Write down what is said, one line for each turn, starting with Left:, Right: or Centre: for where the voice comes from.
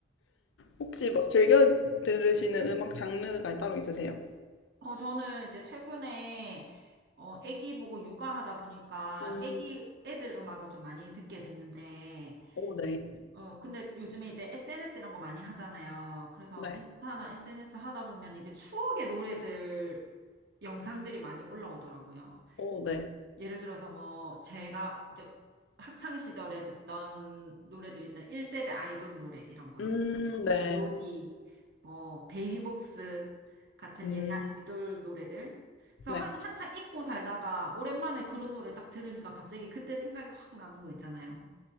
Left: 혹시 막 즐겨 들으시는 음악 장르가 따로 있으세요?
Right: 어, 저는 이제 최근에, 어, 애기 보고 육아하다 보니까
Left: 음,
Right: 애기, 애들 음악을 좀 많이 듣게 됐는데,
Left: 오, 네.
Right: 어, 근데 요즘에 이제 SNS 이런 거 많이 하잖아요. 그래서
Left: 네.
Right: 인스타나 SNS 하다 보면 이제 추억의 노래들, 영상들이 많이 올라오더라고요.
Left: 오, 네.
Right: 예를 들어서 뭐, 제가 이제 학창 시절에 듣던 노래들 있잖아요. 1세대 아이돌 노래 이런 거
Left: 음, 네.
Right: 요디, 뭐 베이비복스 같은
Left: 음,
Right: 옛날 아이돌 노래들. 그래서
Left: 네.
Right: 한 한창 잊고 살다가 오랜만에 그런 노래 딱 들으니까 갑자기 그때 생각이 확 나는 거 있잖아요.